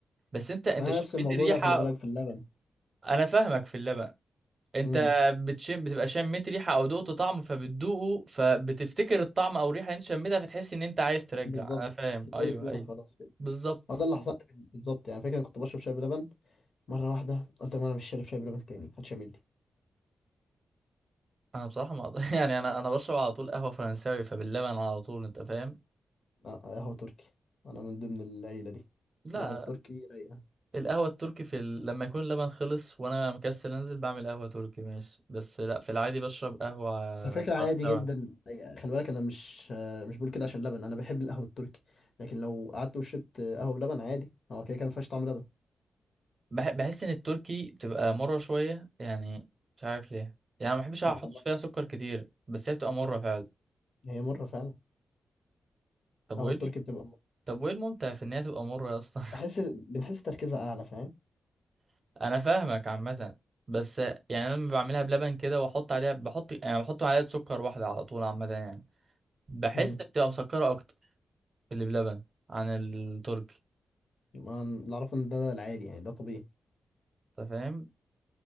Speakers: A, on the right; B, on the left.
A: بس انت انت
B: ما انا
A: شميت
B: نفس الموضوع
A: الريحة
B: ده خلي بالك في اللبن
A: انا فاهمك في اللبن انت
B: امم
A: بتشم بتبقى شميت ريحة او دقت طعم فبتدوقه فبتفتكر الطعم او الريحة اللي انت شميتها فتحس ان انت عايز ترجع
B: بالظبط
A: انا فاهم
B: تتقرف
A: ايوه
B: منها
A: ايوه
B: خلاص كده
A: بالظبط
B: هو ده اللي حصل لي بالظبط يعني فاكر انا كنت بشرب شاي بلبن مره واحده قلت لك ما انا مش شارب شاي بلبن تاني محدش يعمل لي
A: انا بصراحة ما أقدر- <laughs> يعني انا انا بشرب على طول قهوة فرنساوي فباللبن على طول انت فاهم
B: اه آه، قهوه تركي انا من ضمن العيله دي
A: لا
B: القهوه التركي رايقه
A: القهوة التركي في ال... لما يكون اللبن خلص وانا مكسل انزل بعمل قهوة تركي ماشي بس لا في العادي بشرب قهوة
B: على فكرة عادي
A: فرنساوي
B: جدا خلي بالك انا مش مش بقول كده عشان لبن انا بحب القهوة التركي لكن لو قعدت وشربت قهوة بلبن عادي هو كده كان مفيهاش طعم لبن
A: بح- بحس ان التركي بتبقى مرة شوية يعني مش عارف ليه يعني ما بحبش احط
B: ما هي مرة
A: فيها سكر كتير بس هي بتبقى مرة فعلا
B: هي مرة فعلا
A: طب
B: القهوة
A: وايه
B: التركي
A: الم...
B: بتبقى مرة.
A: طب وايه الممتع في ان هي تبقى مرة يا اسطى
B: بحس بنحس تركيزها اعلى فاهم
A: <laughs> انا فاهمك عامة بس يعني انا لما بعملها بلبن كده واحط عليها بحط يعني بحط معلقة سكر واحدة على طول عامة يعني بحس
B: امم
A: بتبقى مسكرة اكتر اللي بلبن عن التركي
B: اللي اعرفه ان ده العادي يعني ده طبيعي
A: انت فاهم